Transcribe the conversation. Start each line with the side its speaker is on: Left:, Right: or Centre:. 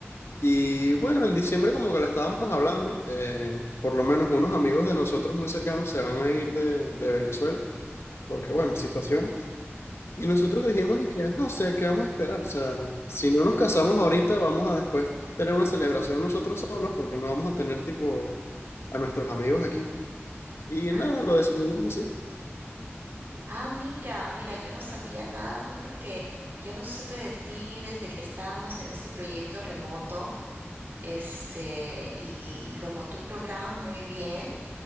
Left: Y bueno, en diciembre como que lo estábamos hablando, eh, por lo menos unos amigos de nosotros muy cercanos se van a ir de, de Venezuela, porque
Right: Ujú,
Left: bueno, situación. Y nosotros
Right: la-
Left: dijimos, y que, "Ajá, o sea, ¿qué vamos a esperar? O sea, si no nos casamos ahorita, vamos a después tener una celebración nosotros solos porque no vamos a tener tipo a nuestros amigos aquí. Y
Right: Ah,
Left: nada, lo decidimos así.
Right: ah, mira, mira, yo no sabía nada, pues porque yo no supe de ti desde que estábamos en este proyecto remoto. Este, y, y como tú programas muy bien.